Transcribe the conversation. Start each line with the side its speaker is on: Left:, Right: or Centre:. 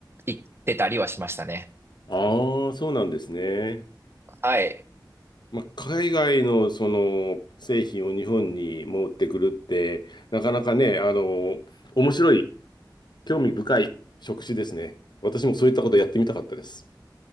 Right: 行ってたりはしましたね。
Left: ああ、そうなんですね。
Right: はい。
Left: まあ、海外のその製品を日本に持ってくるって、なかなかね、あの、面白い、興味深い職種ですね。私もそういったことやってみたかったです。